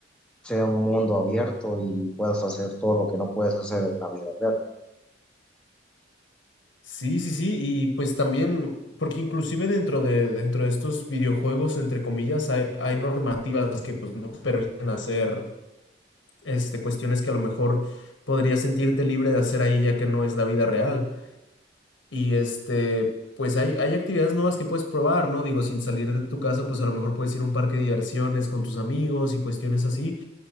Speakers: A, in the centre; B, on the left.
A: sea un mundo abierto y puedas hacer todo lo que no puedes hacer en la vida real.
B: Sí, sí, sí, y pues también, porque inclusive dentro de, dentro de estos videojuegos, entre comillas, hay, hay normativas que pues no te permiten hacer este, cuestiones que a lo mejor podrías sentirte libre de hacer ahí ya que no es la vida real. Y este, pues hay, hay actividades nuevas que puedes probar, ¿no? Digo, sin salir de tu casa, pues a lo mejor puedes ir a un parque de diversiones con tus amigos y cuestiones así.